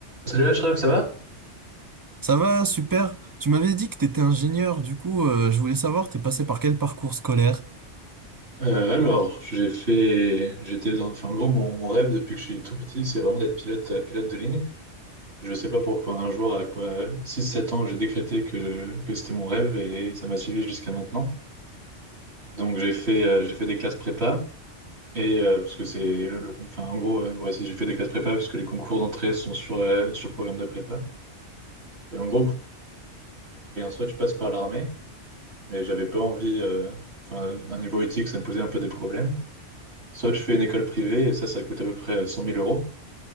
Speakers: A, on the right; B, on the right.
A: Salut Ashraf, ça va?
B: Ça va, super. Tu m'avais dit que tu étais ingénieur, du coup, euh, je voulais savoir, t'es passé par quel parcours scolaire?
A: Euh, alors, j'ai fait, j'étais dans, enfin, en gros, mon, mon rêve depuis que je suis tout petit, c'est vraiment d'être pilote, euh, pilote de ligne. Je sais pas pourquoi, un jour, à quoi, six sept ans, j'ai décrété que, je- que c'était mon rêve et ça m'a suivi jusqu'à maintenant. Donc, j'ai fait, euh, j'ai fait des classes prépa et, euh, parce que c'est le, le- enfin, en gros, euh, ouais, si j'ai fait des classes prépa parce que les concours d'entrée sont sur, euh, sur le programme de prépa. Et donc, je passe par l'armée, mais, euh, politique, problème. Soit tu fais une école privée et ça, ça coûte à peu près euh, zéro.